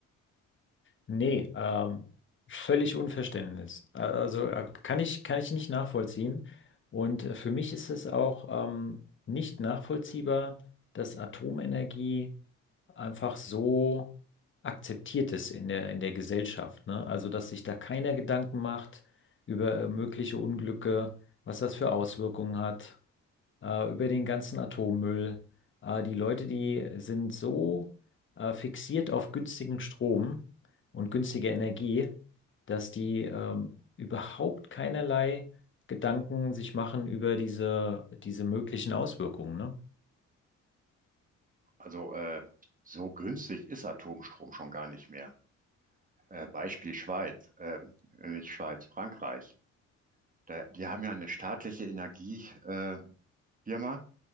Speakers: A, on the left; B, on the right.
A: nee, ähm, völlig Unverständnis. Äh, Also äh, kann ich, kann ich nicht nachvollziehen. Und äh, für mich ist es auch ähm, nicht nachvollziehbar, dass Atomenergie einfach so akzeptiert ist in der, in der Gesellschaft, ne? Also, dass sich da keiner Gedanken macht über äh, mögliche Unglücke, was das für Auswirkungen hat, äh, über den ganzen Atommüll. Äh, die Leute, die sind so äh, fixiert auf günstigen Strom und günstige Energie, dass die ähm, überhaupt keinerlei Gedanken sich machen über diese, diese möglichen Auswirkungen, ne?
B: Also äh, so günstig ist Atomstrom schon gar nicht mehr. Äh, Beispiel Schweiz, äh, nicht Schweiz, Frankreich. Da, die haben ja eine staatliche Energie, äh, Firma,